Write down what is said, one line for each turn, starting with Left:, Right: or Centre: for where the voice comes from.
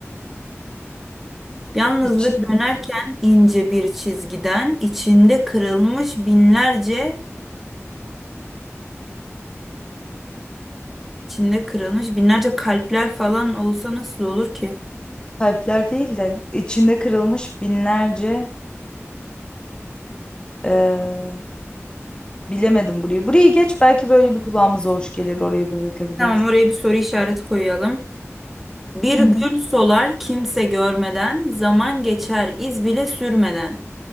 Centre: Yalnızlık
Left: içi
Centre: dönerken ince bir çizgiden içinde kırılmış binlerce içinde kırılmış binlerce kalpler falan olsa nasıl olur ki?
Left: kalpler değil de içinde kırılmış binlerce eee, bilemedim burayı. Burayı geç belki böyle bir kulağımıza hoş gelir orayı bırakabiliriz.
Centre: Tamam oraya bir soru işareti koyalım. Bir
Left: Hı hı.
Centre: gül solar kimse görmeden, zaman geçer iz bile sürmeden.